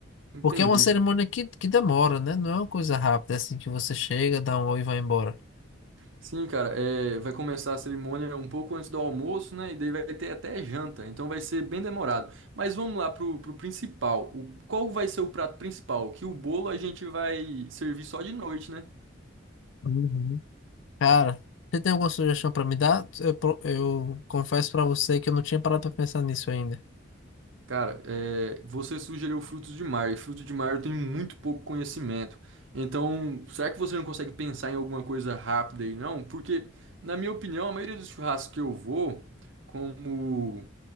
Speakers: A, on the right; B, on the left.
A: Entendi.
B: Porque é uma cerimônia que, que demora, né? Não é uma coisa rápida assim que você chega, dá um oi e vai embora.
A: Sim, cara, é, vai começar a cerimônia um pouco antes do almoço, né? E daí vai ter até janta, então vai ser bem demorado. Mas vamos lá pro, pro principal. O, qual vai ser o prato principal? Que o bolo a gente vai servir só de noite, né?
B: Uhum. Cara, você tem alguma sugestão pra me dar? Eu, pro- eu confesso pra você que eu não tinha parado pra pensar nisso ainda.
A: Cara, é, você sugeriu frutos de mar, e frutos de mar eu tenho muito pouco conhecimento. Então, será que você não consegue pensar em alguma coisa rápida aí, não? Porque, na minha opinião, a maioria dos churrascos que eu vou, como.